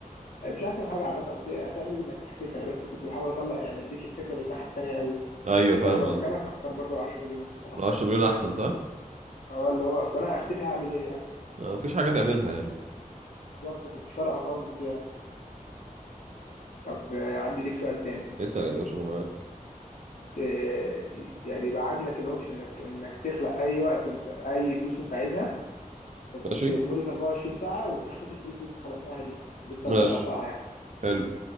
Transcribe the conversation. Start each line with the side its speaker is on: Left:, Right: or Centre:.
Left: هي مش أحسن حاجة عامة أصل هي هتعمل إيه بإنك تختفي أنا بس كنت بحاول أطلع يعني أديك الفكرة بالناحية التانية أوي
Right: ايوه
Left: بس
Right: فاهم
Left: أنا لو
Right: قصدي
Left: مكانك هختار برضو 10 مليون الصراحة
Right: 10 مليون احسن صح
Left: اه اللي هو اصل انا هختفي هعمل ايه يعني
Right: آه، مفيش حاجة تعملها يعني
Left: بالظبط فمش فارقه خالص يعني طب آه، عندي ليك سؤال تاني
Right: اسأل يا باشا انا معاك
Left: ت- يعني يبقى عندك الاوبشن انك انك تخلق اي وقت انت اي فلوس انت عايزها بس
Right: ماشي
Left: بت... لمده 24 ساعه وبتختفي الفلوس اللي انت خلقتها دي اللي انت
Right: ماشي
Left: صنعتها يعني
Right: حلو